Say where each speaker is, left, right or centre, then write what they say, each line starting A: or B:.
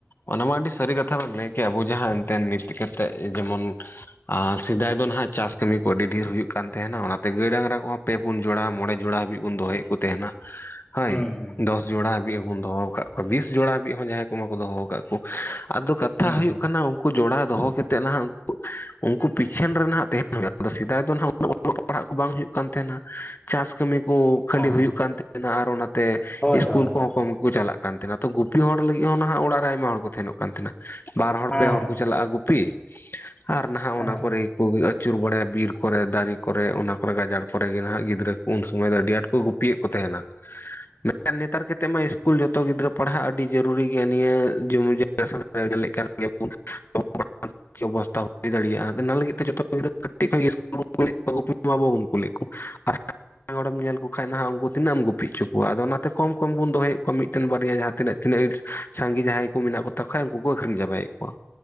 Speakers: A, on the left; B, on the left.
A: ᱚᱱᱟ ᱢᱟ ᱟᱹᱰᱤ ᱥᱟᱹᱨᱤ ᱠᱟᱛᱷᱟ ᱵᱮᱱ ᱞᱟᱹᱭ ᱠᱮᱜ-ᱟ ᱟᱵᱚ ᱡᱟᱦᱟᱸ ᱮᱱᱛᱮ ᱱᱤᱛ ᱠᱟᱛᱮᱫ ᱡᱮᱢᱚᱱᱼᱼ ᱟᱨ ᱥᱮᱫᱟᱭ ᱫᱚ ᱱᱟᱦᱟᱜ ᱪᱟᱥ ᱠᱟᱹᱢᱤ ᱠᱚ ᱟᱹᱰᱤ ᱰᱷᱮᱨ ᱦᱩᱭᱩᱜ ᱠᱟᱱ ᱛᱟᱦᱮᱱᱟ ᱚᱱᱟᱛᱮ ᱜᱟᱹᱭ ᱰᱟᱝᱨᱟ ᱠᱚᱦᱚᱸᱼᱼ ᱯᱮ ᱯᱩᱱ ᱡᱚᱲᱟ ᱢᱚᱬᱮ ᱡᱚᱲᱟ ᱦᱟᱹᱵᱤᱡ ᱵᱚᱱ ᱫᱚᱦᱚᱭᱮᱫ ᱠᱚ ᱛᱟᱦᱮᱱᱟ᱾
B: <inaudible>
A: ᱦᱳᱭ
B: ᱦᱩᱸ
A: ᱫᱚᱥ ᱡᱚᱲᱟ ᱦᱟᱹᱵᱤᱡ ᱦᱚᱵᱚᱱ ᱫᱚᱦᱚ ᱟᱠᱟᱫ ᱠᱚᱣᱟ ᱵᱤᱥ ᱡᱚᱲᱟ ᱦᱟᱵᱤᱡ ᱦᱚᱸ ᱡᱟᱦᱟᱸᱭ ᱠᱚ ᱢᱟᱠᱚ ᱫᱚᱦᱚ ᱠᱟᱜᱼᱼ ᱠᱚ ᱟᱫᱚ ᱠᱟᱛᱷᱟ
B: ᱦᱩᱸ
A: ᱦᱩᱭᱩᱜ ᱠᱟᱱᱟ ᱩᱱᱼᱼ ᱠᱩ ᱡᱚᱲᱟᱣ ᱫᱚᱦᱚ ᱠᱮᱛᱮᱫ ᱱᱟᱦᱟᱜ ᱩᱱᱠᱩ ᱯᱤᱪᱷᱟᱹᱱ ᱨᱮ ᱱᱟᱦᱟᱜ ᱛᱟᱦᱮᱱ ᱦᱩᱭᱩᱜᱼᱟ ᱟᱫᱚ ᱥᱮᱫᱟᱭ ᱫᱚ ᱱᱟᱦᱟᱜ ᱩᱱᱟᱹᱜᱼᱼ ᱚᱞᱚᱜ ᱯᱟᱲᱦᱟᱜ ᱠᱚ ᱵᱟᱝ ᱦᱩᱭᱩᱜ ᱠᱟᱱ ᱛᱟᱦᱮᱸᱱᱟ ᱪᱟᱥ ᱠᱟᱹᱢᱤᱼᱼ ᱠᱩ
B: ᱦᱩᱸ
A: ᱠᱷᱟᱹᱞᱤ
B: ᱦᱮᱸ
A: ᱦᱩᱭᱩᱜ ᱠᱟᱱ ᱛᱟᱦᱮᱱᱟ ᱟᱨ ᱚᱱᱟᱛᱮ
B: ᱦᱳᱭ
A: ᱤᱥᱠᱩᱞ
B: ᱦᱳᱭ ᱦᱳᱭ
A: ᱠᱚᱦᱚᱸ
B: ᱦᱮᱸ
A: ᱠᱚᱢ ᱜᱮᱠᱚ ᱪᱟᱞᱟᱜ ᱠᱟᱱ ᱛᱟᱦᱮᱱᱟ ᱛᱚ ᱜᱩᱼᱼ ᱜᱩᱯᱤ ᱦᱚᱲ ᱞᱟᱹᱜᱤᱫ ᱦᱚᱸ ᱱᱟᱦᱟᱜ ᱚᱲᱟᱜ ᱨᱮ ᱟᱭᱢᱟ ᱦᱚᱲ ᱠᱚ ᱛᱟᱦᱮᱱᱚᱜ ᱠᱟᱱ ᱛᱟᱦᱮᱸᱱᱟ ᱵᱟᱨ ᱦᱚᱲ
B: ᱦᱮᱸ
A: ᱯᱮ ᱦᱚᱲ ᱠᱩ ᱪᱟᱞᱟᱜᱼᱟ ᱜᱩᱯᱤᱼᱼ ᱟᱨ ᱱᱟᱦᱟᱜ
B: ᱦᱮᱸ
A: ᱚᱱᱟ ᱠᱚᱨᱮᱼᱼ ᱠᱚᱜᱮ ᱟᱹᱪᱩᱨ ᱵᱟᱲᱟᱭᱟ ᱵᱤᱨ ᱠᱚᱨᱮ ᱫᱟᱨᱮ ᱠᱚᱨᱮ ᱚᱱᱟ ᱠᱚᱨᱮ ᱜᱟᱡᱟᱲ ᱠᱚᱨᱮᱜᱮ ᱱᱟᱦᱟᱜ ᱜᱤᱫᱽᱨᱟᱹ ᱠᱚ ᱩᱱ ᱥᱩᱚᱢᱚᱭ ᱫᱚ ᱟᱹᱰᱤ ᱟᱸᱴᱼᱼ ᱠᱚ ᱜᱩᱯᱤᱭᱮᱫ ᱠᱚ ᱛᱟᱦᱮᱸᱱᱟ᱾
B: <inaudible>
A: ᱢᱮᱱᱠᱷ ᱱᱮᱛᱟᱨ ᱠᱟᱛᱮᱫ ᱢᱟ ᱤᱥᱠᱩᱞ ᱡᱚᱛᱚ ᱜᱤᱫᱽᱨᱟᱹ ᱯᱟᱲᱦᱟᱜ ᱟᱹᱰᱤ ᱡᱟᱹᱨᱩᱨᱤ ᱜᱮᱭᱟ ᱱᱤᱭᱟᱹ ᱡᱩᱢᱤ ᱡᱟᱼᱼ ᱵᱮᱥ ᱚᱱᱠᱟᱜᱮ ᱜᱮᱞᱮᱜ ᱠᱟᱱ ᱜᱮᱭᱟ ᱵᱚᱱ
B: <unintelligible>
A: <inaudible> ᱟᱨ ᱪᱮᱫ ᱚᱵᱚᱥᱛᱷᱟ ᱦᱩᱭ ᱫᱟᱲᱮᱭᱟᱜᱼᱟ ᱟᱫᱚ ᱚᱱᱟ ᱞᱟᱹᱜᱤᱫ ᱛᱮ ᱡᱚᱛᱚ ᱜᱤᱫᱽᱨᱟᱹ ᱠᱟᱹᱴᱤᱡ ᱠᱷᱚᱡᱜᱮ ᱤᱥᱠᱩᱞ ᱠᱚ ᱠᱳᱞᱮᱫ ᱠᱚᱣᱟ ᱜᱩᱯᱤᱼᱼ ᱢᱟ ᱵᱟᱵᱚᱱ ᱠᱳᱞᱮᱜ ᱠᱚ ᱟᱨ ᱼᱼ ᱮᱴᱟᱜ ᱦᱚᱲᱮᱢ ᱧᱮᱞ ᱠᱚ ᱠᱷᱟᱱᱡ ᱱᱟᱦᱟᱜ ᱩᱱᱠᱩ ᱛᱤᱱᱟᱹᱜ ᱮᱢ ᱜᱩᱯᱤ ᱦᱚᱪᱚ ᱠᱚᱣᱟ ᱟᱫᱚ ᱚᱱᱟᱛᱮ ᱠᱚᱢ ᱠᱚᱢ ᱵᱚᱱ ᱫᱚᱦᱚᱭᱮᱫ ᱠᱚᱣᱟ ᱢᱤᱫᱴᱮᱱ ᱵᱟᱨᱭᱟ ᱡᱟᱦᱟᱸ ᱛᱤᱱᱟᱹᱜᱼᱼ ᱛᱤᱱᱟᱹᱜ ᱤᱸᱴ ᱱᱥᱟᱸᱜᱮ ᱡᱟᱦᱟᱸᱭ ᱠᱩ ᱢᱮᱱᱟᱜ ᱠᱚᱛᱟ ᱠᱚ ᱠᱷᱟᱡ ᱩᱱᱠᱩ ᱠᱚ ᱟᱹᱠᱷᱨᱤᱧ ᱪᱟᱵᱟᱭᱮᱫ ᱠᱚᱣᱟ᱾